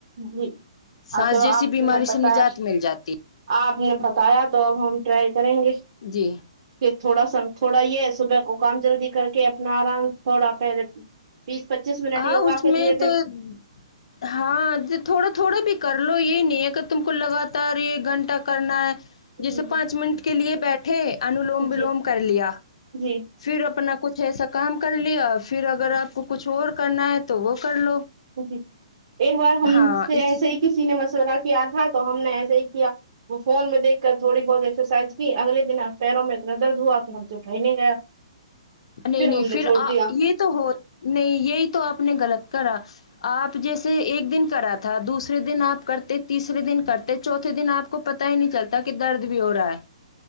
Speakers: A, on the right; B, on the left.
A: جی
B: سانس
A: آ چلو
B: جیسی
A: آپ
B: بیماری
A: نے بتایا
B: سے نجات مل جاتی ہے
A: آپ نے بتایا تو اب ہم ٹرائی کریں گے
B: جی
A: کہ تھوڑا سم تھوڑا یہ صبح کو کام جلدی کر کے اپنا آرام تھوڑا پہلے بیس پچیس منٹ
B: ہاں
A: یوگا
B: اس
A: کے
B: میں
A: لیے دے
B: تو ہاں تھوڑا تھوڑا بھی کر لو یہ نہیں ہے کہ تم کو لگاتار ایک گھنٹہ کرنا ہے جیسے
A: جی
B: پانچ منٹ کے لیے بیٹھے انولوم
A: جی
B: ولوم کر لیا
A: جی
B: پھر اپنا کچھ ایسا کام کر لیا پھر اگر
A: جی
B: آپ کو کچھ اور کرنا ہے تو وہ کر لو
A: جی ایک بار ہم
B: ہاں
A: سے
B: اس
A: ایسے ہی کسی نے مشورہ کیا تھا تو ہم نے ایسے ہی کیا وہ فون دیکھ کر تھوڑی بہت ایکسرسائز کہ اگے دن آپ پیروں میں اتنا درد ہوا کہ ہم سے اٹھائی نہیں گیا
B: نہیں نہیں
A: ہم نے
B: پھر
A: چھوڑ دیا
B: آ یہ تو ہو نہیں یہی تو آپ نے غلط کرا آپ جیسے ایک دن کرا تھا دوسرے دن آپ کرتے تیسرے دن کرتے چوتھے دن آپ کو پتا ہی نہیں چلتا کہ درد بھی ہو رہا ہے